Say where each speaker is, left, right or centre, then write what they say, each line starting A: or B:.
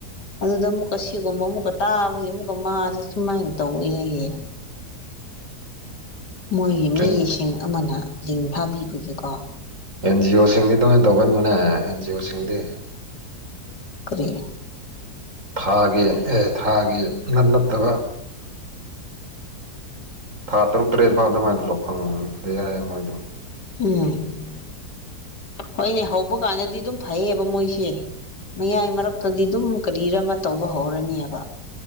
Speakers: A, on the left (about 80°); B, on the right (about 50°).
A: ꯑꯗꯨꯗ ꯑꯃꯨꯛꯀ ꯁꯤꯒꯨꯝꯕ ꯑꯃꯨꯛꯀ ꯇꯥꯕꯒꯤ ꯑꯃꯨꯛꯀ ꯃꯥꯁꯦ ꯁꯨꯃꯥꯏꯅ ꯇꯧꯋꯦ ꯍꯥꯏꯌꯦ ꯃꯣꯏꯒꯤ ꯃꯤꯁꯤꯡ
B: ꯑꯦꯟ
A: ꯑꯃꯅ ꯂꯤꯡ ꯊꯥꯕꯤꯕꯒꯤꯀꯣ
B: ꯑꯦꯟ ꯖꯤ ꯑꯣ ꯁꯤꯡꯒꯤꯗꫭ ꯍꯦꯟ ꯇꯧꯒꯟꯕꯅꯦ ꯑꯦꯟ ꯖꯤ ꯑꯣ ꯁꯤꯡꯗꯤ
A: ꯀꯂꯤ
B: ꯊꯥꯒꯤ ꯑ‌ꯦ ꯊꯥꯒꯤ ꯅꯠ ꯅꯠꯇꯕ ꯊꯥ ꯇꯔꯨꯛ ꯇꯔꯦꯠ ꯐꯥꯎ ꯑꯗꯨꯃꯥꯏꯅ ꯇꯣꯂꯣꯞ ꯐꯪꯗꯦ ꯌꯥꯏꯌꯦ ꯃꯣꯏꯗꯣ
A: ꯎꯝ ꯍꯣꯏꯅꯦ ꯍꯧꯕ ꯀꯥꯟꯗꯗꯤ ꯑꯗꯨꯝ ꯐꯩꯌꯦꯕ ꯃꯣꯏꯁꯦ ꯃꯌꯥꯏ ꯃꯔꯛ ꯇꯗꯤ ꯑꯗꯨꯝ ꯀꯔꯤꯔ ꯑꯃ ꯇꯧꯕ ꯍꯧꯔꯅꯦꯕ